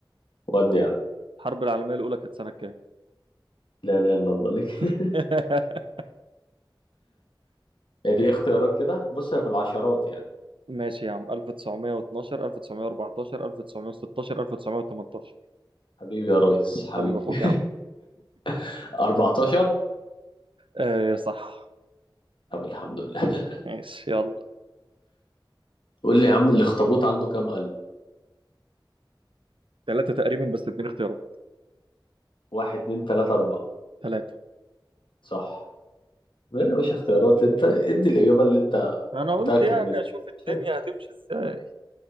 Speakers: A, on the left; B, on the right.
A: ودي يا عم
B: الحرب العالميه الاولى كانت سنه كام
A: لا لا الا الله لك
B: <laughs>
A: <laughs> دي اختيارات كده بص هي في العشرات يعني
B: ماشي يا عم 1912 1914 1916 1918
A: حبيبي يا ريس حبيبي
B: حبيب اخوك يا عم
A: <laughs> 14
B: ايه صح
A: طب الحمد لله
B: ماشي يلا
A: قول لي يا عم الاخطبوط عنده كام قلب
B: ثلاثة تقريبا بس اديني اختيارات
A: واحد اتنين تلاتة أربعة
B: ثلاثة
A: صح غير يا باشا اختيارات انت ادي الإجابة اللي انت
B: انا
A: متأكد
B: قلت يعني
A: منها
B: اشوف الدنيا
A: <laughs>
B: هتمشي ازاي